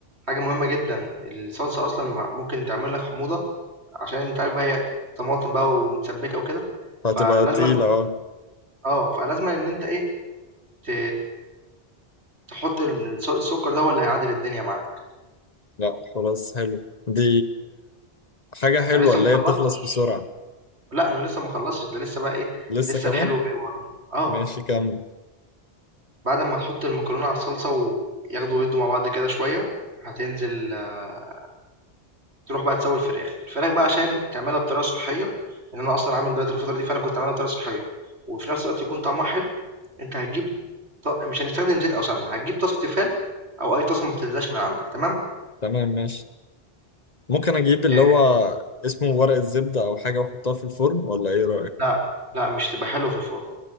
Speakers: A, on the right; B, on the left.
A: حاجة مهمة جدًا، الصلصة أصلًا م ممكن تعمل لك حموضة عشان أنت عارف بقى هي طماطم بقى ومتسبِّكة وكده،
B: فهتبقى
A: فلازمًا
B: تقيله اه
A: آه، فلازمًا إن أنت إيه، ت تحُط ال الس السُكّر ده هو اللي هيعادل الدنيا معاك.
B: لا خلاص حلو دي حاجه حلوه
A: أنا لسه
B: اللي
A: ما خلّصتش،
B: هي بتخلص بسرعه
A: لأ، أنا لسه ما خلّصتش، ده لسه بقى إيه،
B: لسه
A: لسه
B: كمان
A: الحلو جاي ورانا. آه.
B: ماشي كمل
A: بعد ما نحط المكرونة على الصلصة وياخدوا ويدوا مع بعض كده شوية هتنزل آه، هتروح بقى تسوي الفراخ الفراخ بقى عشان تعملها بطريقة صحية لأن أنا أصلا عامل دايت الفترة دي فأنا كنت عاملها بطريقة صحية وفي نفس الوقت يكون طعمها حلو أنت هتجيب ط- مش هنستخدم زيت أو سمنة هتجيب طاسة تيفال أو أي طاسة ما بتنزلش من عندك تمام
B: تمام ماشي ممكن اجيب اللي
A: آه،
B: هو اسمه ورق الزبده او حاجه واحطها في الفرن ولا ايه رايك
A: لا لا مش تبقى حلوة في الفرن